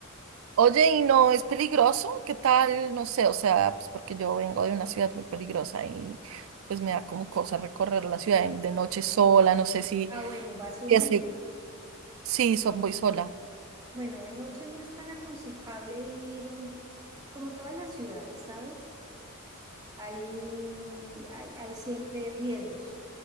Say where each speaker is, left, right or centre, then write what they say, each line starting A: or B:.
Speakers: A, on the right; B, on the right.
A: Oye, ¿y no es peligroso? ¿Qué tal? No sé, o sea, pues porque yo vengo de una ciudad muy peligrosa y pues me da como cosa recorrer la ciudad de de noche sola, no sé si...
B: Ah, bueno, vas solita.
A: Ya sé, sí, so- voy sola.
B: Bueno, de noche no es tan aconsejable ir um, como todas las ciudades, ¿sabes? hay, hay, hay siempre riesgos.